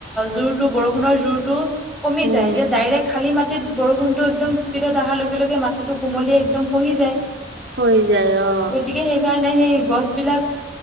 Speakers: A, in the centre; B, on the right.
A: জোৰতটো বৰষুণৰ জোৰতটো কমি
B: উম
A: যায় এতিয়া ডাইৰেক্ট খালী মাটিত বৰষুণতটো একদম স্পীডত অহাৰ লগে লগে মাটিটো কোমলিয়ে একদম খহি যায়।
B: হৈ যায় অ
A: গতিকে সেইকাৰণে সেই গছবিলাক